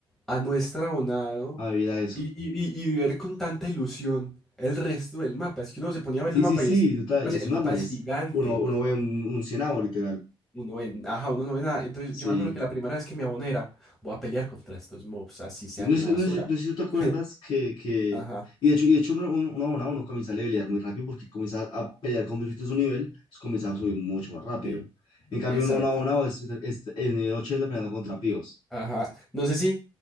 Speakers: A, in the centre; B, on the left.
A: a no estar abonado
B: Había eso.
A: y, y, y, y ver con tanta ilusión el resto del mapa. Es que uno se ponía a ver
B: Sí,
A: el mapa
B: sí, sí,
A: y es,
B: total,
A: parce,
B: es
A: el
B: enorme,
A: mapa es
B: es,
A: gigante.
B: uno, uno ve un, un cienavo, literal,
A: uno en ajá, uno no ve nada. Entonces
B: sí.
A: yo me acuerdo que la primera vez que me aboné era, voy a pelear contra estos mobs, así sean
B: Y No
A: una
B: sé,
A: basura.
B: no sé- no sé si tú te acuerdas
A: <laughs>
B: que, que-
A: Ajá.
B: y de hecho, y de hecho un, un- un abonado no comienza a levelear muy rápido porque comienza a pelear con bichitos de su nivel, entonces comienza a subir
A: Mm.
B: mucho más rápido.
A: Sí,
B: En cambio,
A: exacto.
B: uno, un abonado es, es, en el 80 peleando contra píos,
A: Ajá. No sé si